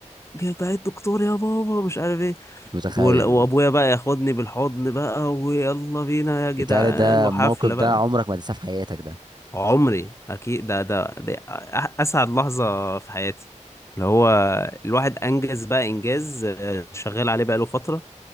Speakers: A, on the left (about 20°); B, on the right (about 35°).
A: جايبها الدكتور يا بابا مش عارف ايه
B: مش متخيل
A: وال- وابويا بقى ياخدني بالحضن بقى ويلا بينا يا جدعان
B: بالتالي ده
A: وحفلة
B: الموقف ده
A: بقى
B: عمرك ما تنساه في حياتك ده
A: عمري اكيد ده ده, ده أ- اسعد لحظه في حياتي اللي هو الواحد انجز بقى انجاز آه، شغال عليه بقاله فتره